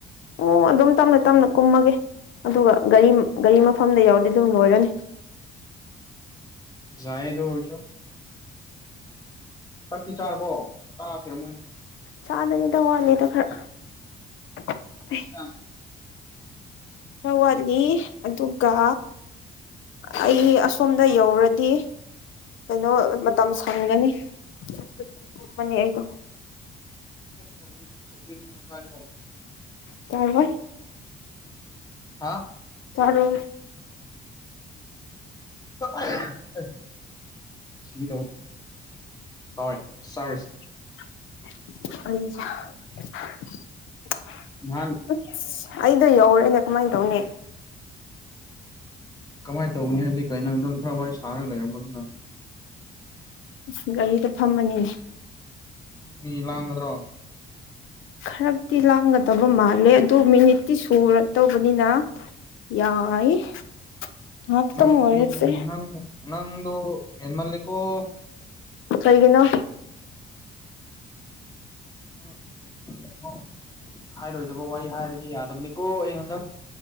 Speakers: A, on the left (about 80°); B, on the left (about 20°).
A: ꯎ ꯑꯗꯨꯝ ꯇꯝꯅ ꯇꯝꯅ ꯀꯨꯝꯃꯒꯦ ꯫ ꯑꯗꯨꯒ ꯒꯥꯔꯤ ꯒꯥꯔꯤ ꯃꯐꯝꯗ ꯌꯥꯎꯔꯗꯤ ꯑꯗꯨꯝ ꯂꯣꯏꯔꯅꯤ ꯫
B: ꯖꯥꯏꯗ ꯑꯗꯨ ꯑꯣꯏꯔꯁꯨ ꯫ ꯆꯥꯛꯇꯤ ꯆꯥꯔꯕꯣ ꯆꯥꯈꯤꯔꯝꯃꯣꯏ ꯫
A: ꯆꯥꯗ꯭ꯔꯤꯗ ꯋꯥꯠꯂꯤꯗ ꯈꯔ ꯫
B: <unintelligible>
A: ꯈꯔ ꯋꯥꯠꯂꯤ ꯑꯗꯨꯒ ꯑꯩ ꯑꯁꯣꯝꯗ ꯌꯧꯔꯗꯤ ꯀꯩꯅꯣ ꯃꯇꯝ ꯁꯪꯒꯅꯤ <unintelligible> ꯕꯅꯤ ꯑꯩꯗꯣ ꯫
B: ꯑꯃꯨꯛꯀ ꯁꯧꯒ꯭ꯔꯤ ꯁꯧꯒ꯭ꯔꯤ ꯊꯣꯡꯕ ꯆꯥꯒ‌ꯦꯔꯣ?
A: ꯆꯥꯔ‌ꯣꯏ
B: ꯍꯥ
A: ꯇꯔ‌ꯣꯏ
B: ꯑ‌ꯦ ꯁꯤꯒ‌ꯦ ꯇꯧꯋ‌ꯦ ꯫ ꯁ‌ꯣꯔꯤ ꯁꯣꯔꯤ
A: <inaudible>
B: ꯅꯍꯥꯟ
A: ꯑꯁ ꯑꯩꯗꯣ ꯌꯧꯔꯦꯅꯦ ꯀꯃꯥꯏꯅ ꯇꯧꯅꯤ?
B: ꯀꯃꯥꯏꯅ ꯇꯧꯒꯅꯤ ꯍꯥꯏꯕꯗꯤ ꯀꯩꯅꯣ ꯑꯗꯨꯝ ꯈꯔ ꯋꯥꯔꯤ ꯁꯥꯔꯒ ꯂꯩꯔꯝꯃ‌ꯣꯗꯅ ꯫
A: ꯑꯁ ꯒꯥꯔꯤꯗ ꯐꯝꯃꯅꯤꯅꯦ ꯫
B: ꯃꯤ ꯂꯥꯡꯒꯗ꯭ꯔꯣ?
A: ꯈꯔꯛꯇꯤ ꯂꯥꯡꯒꯗꯕ ꯃꯥꯜꯂꯦ ꯑꯗꯨ ꯃꯤꯅꯤꯠꯇꯤ ꯁꯨꯔꯗꯧꯕꯅꯤꯅ ꯌꯥꯏ ꯉꯥꯏꯍꯥꯛꯇꯪ
B: ꯅꯪ
A: ꯑꯣꯏꯔꯁꯦ
B: ꯅꯪ ꯅꯪ ꯅꯪꯗꯨ ꯍ‌ꯦꯟꯃꯟꯂ‌ꯦꯀꯣ ꯫
A: ꯀꯩꯒꯤꯅꯣ?
B: ꯎꯝ <inaudible> ꯍꯥꯏꯔꯣꯏꯗꯕ ꯋꯥꯔꯤ ꯍꯥꯏꯔꯗꯤ ꯌꯥꯗꯕꯅꯤꯀꯣ ꯑꯩ ꯍꯟꯗꯛ